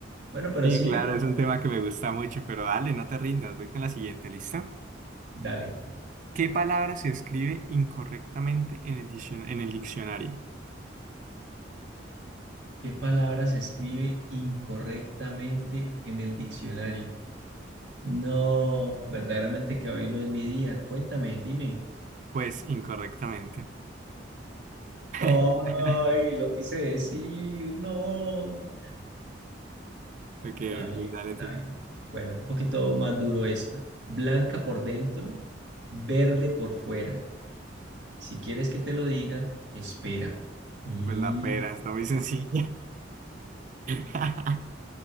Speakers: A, on the right; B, on the right.
A: Bueno, pero
B: Sí,
A: sigue,
B: claro,
A: por
B: es
A: favor.
B: un tema que me gusta mucho, pero dale, no te rindas, voy con la siguiente, lista
A: Dale.
B: ¿Qué palabra se escribe incorrectamente en el diccion- en el diccionario?
A: ¿Qué palabra se escribe incorrectamente en el diccionario? No, verdaderamente que hoy no es mi día. Cuéntame, dime.
B: Pues incorrectamente.
A: Ay,
B: <laughs>
A: lo quise decir, no.
B: Ok,
A: Está
B: ok,
A: bien,
B: dale
A: está
B: tú.
A: bien. Bueno, un poquito más duro esta. Blanca por dentro, verde por fuera. Si quieres que te lo diga, espera. Y...
B: Pues la pera, está muy sencilla. <laughs>